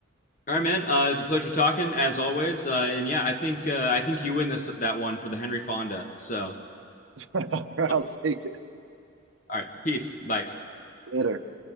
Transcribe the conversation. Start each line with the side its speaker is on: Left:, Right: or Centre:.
Left: All right, man. Uh, it was a pleasure talking as always. Uh, and yeah, I think uh, I think you win this that one for the Henry Fonda. So,
Right: <laughs> I'll
Left: all
Right: take it
Left: right, peace. Bye.
Right: later.